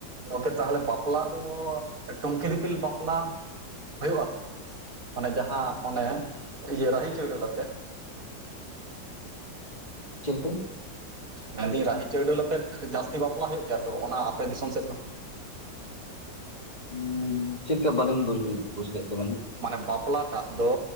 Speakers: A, on the right; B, on the left.
A: ᱜᱚᱝᱠᱮ ᱛᱟᱦᱚᱞᱮ ᱵᱟᱯᱞᱟ ᱫᱚ ᱴᱩᱝᱠᱤ ᱫᱤᱯᱤᱞ ᱵᱟᱯᱞᱟ ᱦᱩᱭᱩᱜ ᱟ ᱛᱚ? ᱟᱱᱮ ᱡᱟᱦᱟᱸ ᱚᱱᱮ ᱤᱭᱟᱹ ᱨᱟᱦᱤ ᱪᱟᱣᱰᱟᱹᱞ ᱟᱛᱮᱜ ᱾
B: ᱪᱮᱞᱠᱟ <inaudible>
A: ᱢᱮᱱᱫᱟᱹᱧ ᱨᱟᱦᱤ ᱪᱟᱹᱣᱰᱟᱹᱞ ᱟᱛᱮᱜ ᱡᱟᱹᱥᱛᱤ ᱵᱟᱯᱞᱟ ᱦᱳᱭᱳ ᱜᱮᱭᱟ ᱛᱚ ᱚᱱᱟ ᱟᱯᱮ ᱫᱤᱥᱚᱢ ᱥᱮᱫ ᱫᱚ?
B: ᱦᱩᱸ ᱪᱮᱫᱠᱟ ᱵᱟᱹᱞᱤᱧ ᱵᱩᱡ ᱵᱩᱡᱽ ᱞᱮᱫ ᱛᱟᱵᱤᱱᱟ ᱾
A: ᱢᱟᱱᱮ ᱵᱟᱯᱞᱟᱴᱟᱜ ᱫᱚ